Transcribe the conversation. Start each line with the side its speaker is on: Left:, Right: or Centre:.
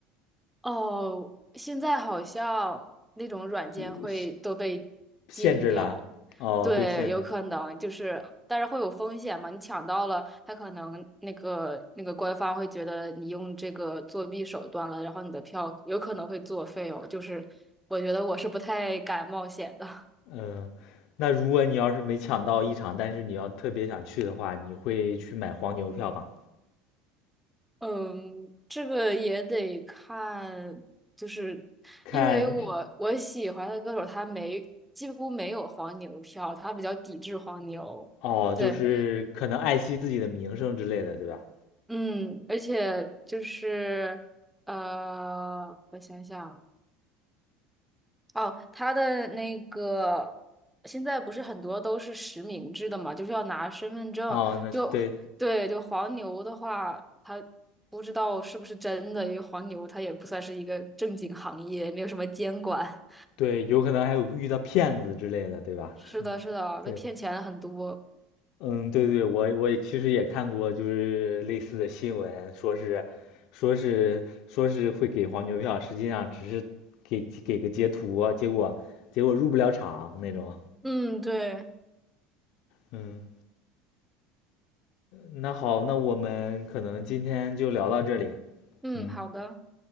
Centre: 哦，现在好像那种软件会都被禁掉，
Left: 就限限制了，哦，
Centre: 对，
Left: 被限制，
Centre: 有可能就是，但是会有风险嘛？你抢到了，他可能那个那个官方会觉得你用这个作弊手段了，然后你的票有可能会作废哦。就是我觉得我是不太敢冒险的。
Left: 嗯，那如果你要是没抢到一场，但是你要特别想去的话，你会去买黄牛票吗？
Centre: 嗯，这个也得看，就是
Left: 看，
Centre: 因为我我喜欢的歌手他没几乎没有黄牛票，他比较抵制黄牛。
Left: 哦，
Centre: 对，
Left: 就是可能爱惜自己的名声之类的，对吧？
Centre: 嗯，而且就是呃，我想想。哦，他的那个现在不是很多都是实名制的嘛，就是要拿身份证。
Left: 哦，那对
Centre: 就对，就黄牛的话，他不知道是不是真的，因为黄牛他也不算是一个正经行业，也没有什么监管。
Left: 对，有可能还有遇到骗子之类的，对吧？
Centre: <laughs> 是的，是的，
Left: <laughs> 对。
Centre: 被骗钱很多。
Left: 嗯，对对，我我也其实也看过，就是类似的新闻，说是，说是说是会给黄牛票，实际上只是给给个截图，结果结果入不了场那种。
Centre: 嗯，对，
Left: 嗯，那好，那我们可能今天就聊到这里。
Centre: 嗯，
Left: 嗯，
Centre: 好的，